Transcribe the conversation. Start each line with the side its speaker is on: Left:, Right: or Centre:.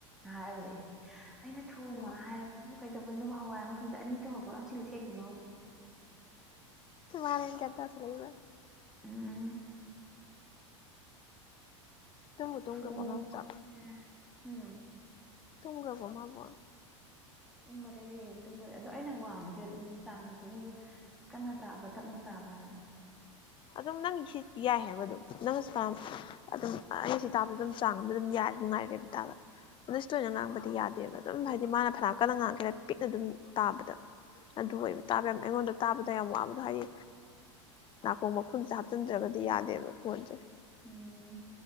Centre: ꯍꯥꯏꯔꯔꯦ ꯑꯩꯅ ꯊꯣꯡꯉꯣꯅ
Left: ꯎꯝ
Centre: ꯍꯥꯏꯔꯕꯗꯨꯕꯨ ꯀꯩꯗꯧꯕꯩꯅꯣ ꯍꯋꯥꯏ ꯑꯃꯨꯛ ꯇꯣꯡꯉꯦ ꯁꯨꯝ ꯆꯤꯜꯂꯤꯁꯦ ꯀꯩꯒꯤꯅꯣꯌꯦ
Left: ꯃꯥꯏ ꯑꯣꯏ ꯒ꯭ꯌꯥꯟ ꯇꯁꯜꯂꯛꯏꯕ
Centre: ꯎꯝ
Left: ꯇꯨꯝꯕꯨ ꯇꯨꯝꯈ꯭ꯔꯕ
Centre: ꯊꯣꯡꯉꯦ
Left: ꯑꯉꯥꯡꯖꯥꯠꯂꯣ
Centre: ꯎꯝ
Left: ꯇꯨꯝꯒ꯭ꯔꯕꯣ ꯃꯥꯕꯣ
Centre: ꯇꯨꯝꯒ꯭ꯔꯦ ꯇꯨꯝꯒ꯭ꯔꯦ ꯑꯗꯣ ꯑꯩꯅ ꯋꯥꯡ ꯉꯥꯡꯕꯁꯦ ꯑꯗꯨꯝ ꯆꯥꯡꯗ ꯀꯟꯅ ꯇꯥꯕ꯭ꯔꯥ ꯇꯞꯅ ꯇꯥꯕ꯭ꯔꯥ ꯍꯥꯏꯔꯣ
Left: ꯑꯗꯨꯝ ꯅꯪ ꯁꯤ ꯌꯥꯏ ꯍꯥꯏꯕ ꯑꯗꯨꯝ ꯅꯪꯅ ꯑꯗꯨꯝ ꯑꯩꯅ ꯁꯤ ꯇꯥꯕꯗ ꯑꯗꯨꯝ ꯆꯥꯡ ꯑꯃ ꯑꯗꯨꯝ ꯌꯥꯔꯦ ꯅꯨꯡꯉꯥꯏꯔꯦꯕ ꯇꯥꯕ ꯃꯤꯁ ꯇꯣꯏꯅ ꯉꯥꯡꯕꯗꯤ ꯌꯥꯗꯦꯕ ꯑꯗꯨꯝ ꯍꯥꯏꯗꯤ ꯃꯥꯅ ꯐꯅꯥꯝ ꯀꯟꯅ ꯉꯥꯡꯉꯛꯀꯦꯔꯥ ꯄꯤꯛꯅ ꯑꯗꯨꯝ ꯇꯥꯕꯗ ꯑꯗꯨ ꯑꯣꯏꯕ ꯇꯥꯕ ꯌꯥꯝ ꯑꯩꯉꯣꯟꯗ ꯇꯥꯕꯗ ꯌꯥꯝ ꯋꯥꯕꯗꯣ ꯍꯥꯏꯗꯤ ꯍꯣ ꯃꯈꯨꯟꯁꯦ ꯍꯥꯞꯆꯤꯟꯗ꯭ꯔꯒꯗꯤ ꯌꯥꯗꯦꯕ ꯐꯣꯟꯁꯦ
Centre: ꯎꯝ